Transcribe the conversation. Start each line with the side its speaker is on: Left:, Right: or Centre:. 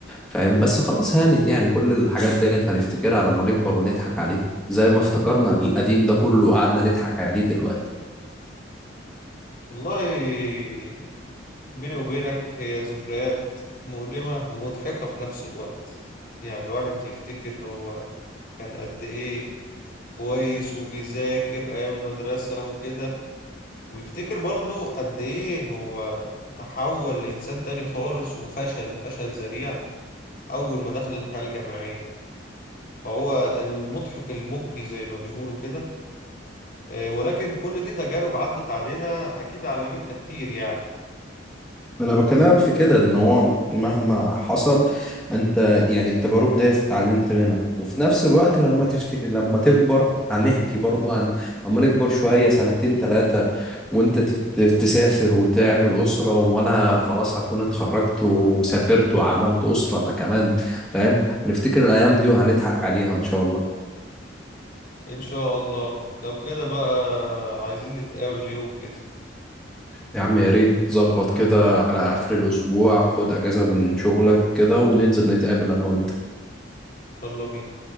Centre: فاهم بس خلاص هانت يعني كل الحاجات ديت هنفتكرها لما نكبر ونضحك عليها زي ما افتكرنا القديم ده كله وقعدنا نضحك عليه دلوقتي
Left: والله بيني وبينك هي ذكريات مؤلمة ومضحكة في نفس الوقت يعني الواحد يفتكر هو كان قد ايه كويس وبيذاكر أيام المدرسة وكده ويفتكر برضو قد إيه هو تحول لإنسان تاني خالص وفشل فشل ذريع أول ما دخل الحياة الجامعية فهو المضحك المبكي زي ما بيقولوا كده آه، ولكن كل دي تجارب عدت علينا أكيد علمتنا كتير يعني
Centre: انا بكلمك في كده ان هو مهما حصل انت يعني التجارب دي اتعلمت منها وفي نفس الوقت لما تفتكر لما تكبر هنحكي برضه عن لما نكبر شوية سنتين ثلاثة وانت ت- ت- تسافر وتعمل أسرة وانا خلاص هكون اتخرجت وسافرت وعملت أسرة انا كمان فاهم هنفتكر الايام دي وهنضحك عليها ان شاء الله
Left: إن شاء الله لو كده بقى عايزين نتقابل يوم كده
Centre: يا عم يا ريت ظبط كده على اخر الاسبوع خد اجازة من شغلك كده وننزل نتقابل انا وانت
Left: يلا بينا